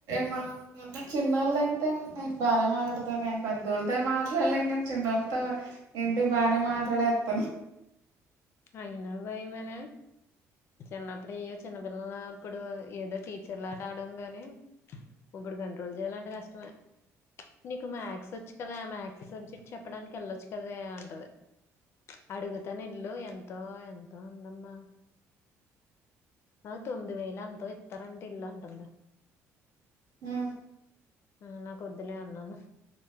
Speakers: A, on the right; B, on the left.
A: మాన్న చిన్నళ్ళు అయితే నేను బానే మాట్లాడతాను నేన్ పె పెద్దోల్లతో మాట్లాల్లేను గానీ చిన్నోళ్ళతో ఏంటి బానే మాట్లాడేత్తను
B: అయిన బయమనే చిన్నప్పుడిగ చిన్నపిల్లలా ఇప్పుడు ఏదో టీచర్ లాట ఆడం గాని ఇప్పుడు కంట్రోల్ చేయాలంటే కష్టమే నీకు మ్యాక్సొచ్చు కదా మ్యా సబ్జెక్ట్ చెప్పడానికి వెళ్ళొచ్చు కదే అంటది అడుగుతా నెల్లు ఎం ఎంతో ఎంతో అందమ్మా ఆ తొమ్మిది వేలు అంతో ఇత్తారంట ఎల్లు అంటుంది
A: ఆ
B: ఆ నా కొద్దులే అన్నాను